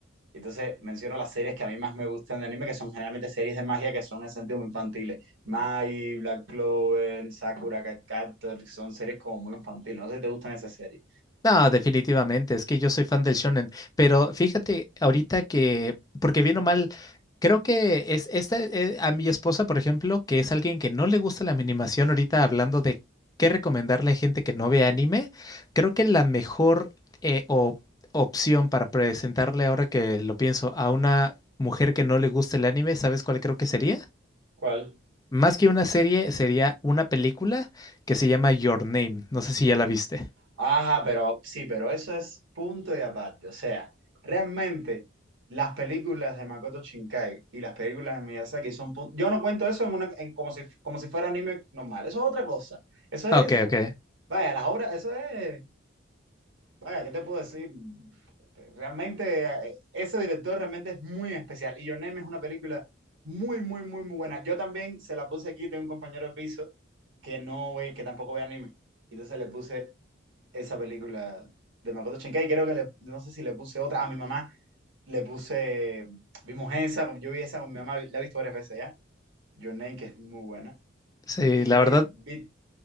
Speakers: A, on the right; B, on the left.
A: Y Entonces menciono las series que a mí más me gustan de anime, que son generalmente series de magia que son en el sentido muy infantiles. Mai, Black Clover, Sakura Card Captor, son series como muy infantiles. No sé si te gustan esas series.
B: no, definitivamente, es que yo soy fan del shonen, pero fíjate ahorita que, porque bien o mal, creo que es esta, eh, a mi esposa, por ejemplo, que es alguien que no le gusta la animación, ahorita hablando de qué recomendarle a gente que no ve anime, creo que la mejor eh, o- opción para presentarle ahora que lo pienso a una mujer que no le gusta el anime, ¿sabes cuál creo que sería?
A: ¿Cuál?
B: Más que una serie, sería una película que se llama Your Name, no sé si ya la viste.
A: Ajá, pero sí, pero eso es punto y aparte. O sea, realmente las películas de Makoto Shinkai y las películas de Miyazaki son punto Yo no cuento eso en una, en como si, como si fuera anime normal. Eso es otra cosa. Eso
B: Ok,
A: es,
B: ok.
A: vaya, las obras, eso es, vaya, ¿qué te puedo decir? Realmente, eh, ese director realmente es muy especial. Y Your Name es una película muy, muy, muy, muy buena. Yo también se la puse aquí, tengo un compañero de piso que no ve, que tampoco ve anime. Entonces le puse esa película de Makoto Shinkai. Creo que le, no sé si le puse otra. A mi mamá le puse, vimos esa, yo vi esa con mi mamá, la he visto varias veces ya. Your Name, que es muy buena.
B: Sí,
A: Y
B: la
A: le
B: verdad,
A: vi